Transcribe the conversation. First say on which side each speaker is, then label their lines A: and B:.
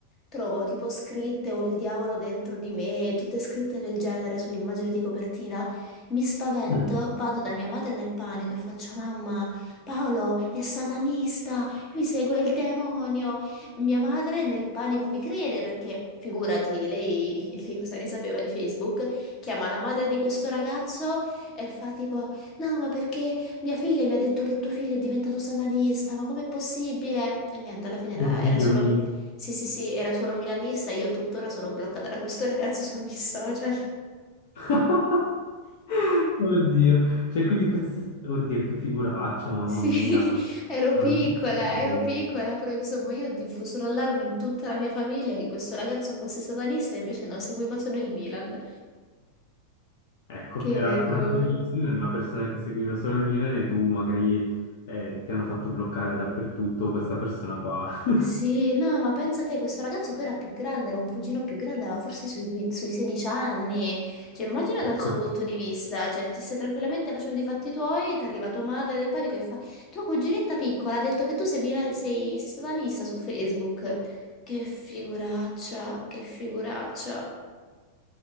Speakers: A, on the left (about 30°); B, on the left (about 55°).
A: Trovo tipo scritte o il diavolo dentro di me, tutte scritte del genere sull'immagine di copertina. Mi spavento,
B: Mm.
A: vado da mia madre nel panico e faccio: Mamma, Paolo è satanista, lui segue il demonio. Mia madre nel panico mi crede perché, figurati, lei, <laughs> lei cosa ne sapeva di Facebook? Chiama la madre di questo ragazzo e fa tipo: No, ma perché mia figlia mi ha detto che tuo figlio è diventato satanista? Ma com'è possibile? E niente, alla fine era,
B: Oddio
A: era solo
B: mio.
A: sì, sì, sì, era solo milanista, io tuttora sono bloccata da questo ragazzo su ogni social.
B: <laughs> Oddio, cioè quindi questa... Oddio, che figuraccia, mamma
A: Sì,
B: mia, ma
A: <laughs> ero piccola,
B: non ci posso credere.
A: ero piccola, però insomma io ho diffuso l'allarme in tutta la mia famiglia che questo ragazzo fosse satanista e invece no, seguiva solo il Milan.
B: Ecco,
A: Che
B: era
A: vergogna.
B: tranquillissimo, era una persona che seguiva solo il Milan e tu magari eh, ti hanno fatto bloccare dappertutto questa persona qua. <laughs>
A: Sì, no, ma pensa te, questo ragazzo poi era più grande, era un cugino più grande, aveva forse sui, qui- sui 16 anni. Cioè, immagina
B: Ecco.
A: dal suo punto di vista, cioè, ti stai tranquillamente facendo i fatti tuoi, ti arriva tua madre del panico e fa, tua cuginetta piccola ha detto che tu sei, mila- sei, sei satanista su Facebook. Che figuraccia, che figuraccia.